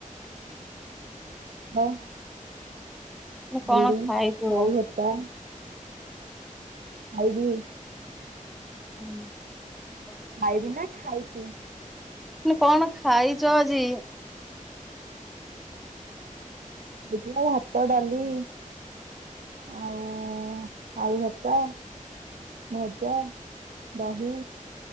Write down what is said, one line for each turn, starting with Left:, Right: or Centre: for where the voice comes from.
Right: ହ
Centre: ମୁଁ କହିଲି କଣ
Right: ହଲି
Centre: ଖାଇଛୁ?
Right: ଆଳୁ ଭର୍ତା ଆଇବି
Centre: ହୁଁ <unintelligible>
Right: ଖାଇବି ନା ଖାଇଛି
Centre: କଣ ଖାଇଛ ଆଜି?
Right: ବଜ ଭାତ, ଡାଲି ଆଉ ଆଳୁ ଭର୍ତା ଭଜା, ଦହି